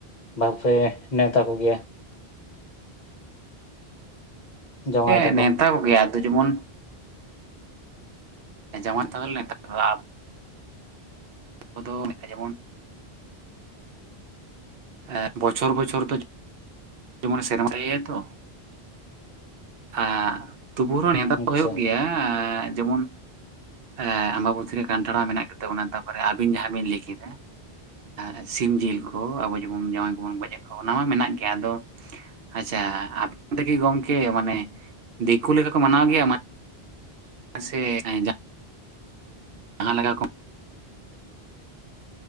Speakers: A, on the left; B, on the right.
A: ᱵᱟᱯᱮ ᱱᱮᱣᱛᱟ ᱠᱚᱜᱮᱭᱟ? ᱡᱟᱶᱟᱭ
B: ᱦᱮᱸ
A: ᱛᱟᱠᱚ
B: ᱱᱮᱣᱛᱟ ᱠᱚᱜᱮᱭᱟ ᱟᱫᱚ ᱡᱮᱢᱚᱱ ᱡᱟᱶᱟᱭ ᱛᱚᱞ ᱞᱮ ᱱᱮᱣᱛᱟ ᱠᱚᱣᱟ ᱟᱵ ᱵᱚᱫᱚᱞ ᱞᱮᱜ-ᱟ ᱡᱮᱢᱚᱱ ᱦᱮᱸ ᱵᱚᱪᱷᱚᱨ ᱵᱚᱪᱷᱚᱨ ᱫᱚ ᱡᱮᱢᱚᱱ ᱥᱮᱨᱢᱟ ᱤᱭᱟᱹᱭᱟᱭ ᱛᱚ, ᱮᱸᱻ ᱛᱩᱵᱩ ᱨᱮᱦᱚ ᱱᱮᱣᱛᱟ
A: ᱟᱪᱪᱷᱟ
B: ᱦᱩᱭᱩᱜ ᱜᱮᱭᱟ᱾ ᱡᱮᱢᱚᱱ ᱮᱸ ᱟᱢᱵᱟᱵᱚᱛᱤ ᱨᱮ ᱠᱟᱱᱴᱷᱟᱲ ᱢᱟ ᱢᱮᱱᱟᱜ ᱜᱮ ᱛᱟᱵᱚᱱᱟ ᱛᱟᱯᱚᱨ ᱟᱵᱤᱱ ᱡᱟᱦᱟᱸ ᱵᱤᱱ ᱞᱟᱹᱭ ᱠᱮᱫᱟ᱾ ᱮᱸᱻ ᱥᱤᱢ ᱡᱤᱞ ᱠᱚ ᱟᱵᱚ ᱡᱮᱢᱚᱱ ᱡᱟᱶᱟᱭ ᱠᱚᱵᱚᱱ ᱜᱚᱡ ᱮᱫ ᱠᱚᱣᱟ ᱚᱱᱟ ᱢᱟ ᱢᱮᱱᱟᱜ ᱜᱮᱭᱟ᱾ ᱟᱫᱚ ᱟᱪᱪᱷᱟ ᱟᱯᱮ ᱛᱮᱜᱮ ᱜᱚᱢᱠᱮ ᱢᱟᱱᱮ ᱫᱤᱠᱩ ᱞᱮᱠᱟ ᱠᱚ ᱢᱟᱱᱟᱣ ᱜᱮᱭᱟ ᱢᱟ? ᱥᱮ ᱟᱸᱡᱟᱜ ᱱᱟᱦᱟᱸ ᱠᱮᱠᱟ ᱠᱚ